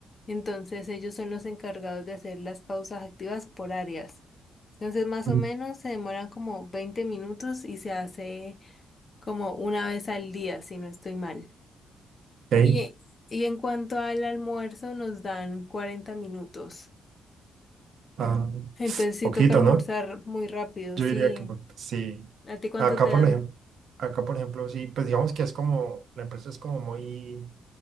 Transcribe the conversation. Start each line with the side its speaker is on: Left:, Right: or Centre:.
Left: entonces ellos son los encargados de hacer las pausas activas por áreas. Entonces más
Right: Mm.
Left: o menos se demoran como 20 minutos y se hace como una vez al día, si no estoy mal.
Right: Ok,
Left: Y, y en cuanto al almuerzo nos dan 40 minutos.
Right: ah,
Left: Entonces sí
Right: poquito,
Left: toca almorzar
Right: ¿no?
Left: muy rápido,
Right: Yo
Left: sí.
Right: diría que po- sí.
Left: ¿A ti cuánto
Right: Acá,
Left: te
Right: por
Left: dan?
Right: ejemplo, acá, por ejemplo, sí, pues digamos que es como, la empresa es como muy